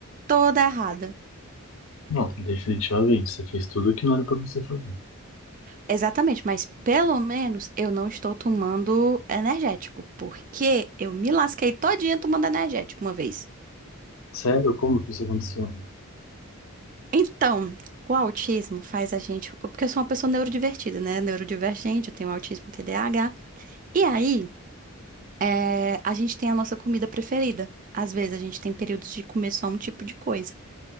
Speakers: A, on the right (about 35°); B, on the left (about 65°).
A: Toda errada.
B: Não, definitivamente, você fez tudo o que não era pra você fazer.
A: Exatamente, mas pelo menos eu não estou tomando energético, porque eu me lasquei todinha tomando energético uma vez.
B: Sério? Como que isso aconteceu?
A: Então, o autismo faz a gente. Porque eu sou uma pessoa neurodivertida, né? Neurodivergente, eu tenho autismo TDAH. E aí, é, a gente tem a nossa comida preferida. Às vezes a gente tem períodos de comer só um tipo de coisa.